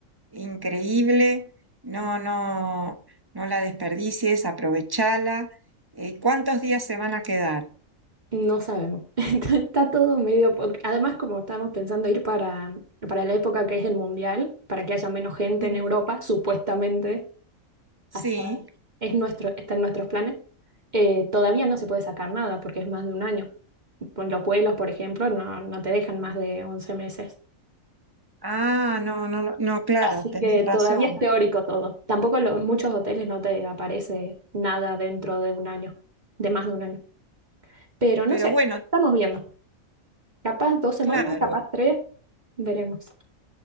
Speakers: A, on the right (about 20°); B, on the right (about 35°).
A: increíble, no, no, no la desperdicies, aprovechala. Eh, ¿cuántos días se van a quedar?
B: No sabemos. <laughs> Entonces, está todo medio... porque Además, como estábamos pensando ir para, para la época que es el mundial, para que haya menos gente
A: Sí.
B: en Europa, supuestamente,
A: Sí,
B: hasta es nuestro, está en nuestros planes, eh, todavía no se puede sacar nada porque es más de un año. Con los vuelos, por ejemplo, no, no te dejan más de 11 meses.
A: ah, no, no, no, claro,
B: Así
A: tenés
B: que
A: razón,
B: todavía es teórico todo. Tampoco los, muchos hoteles no te aparece nada dentro de un año, de más de un año. Pero no
A: pero
B: sé,
A: bueno,
B: estamos viendo. Capaz dos semanas,
A: claro,
B: capaz tres, veremos.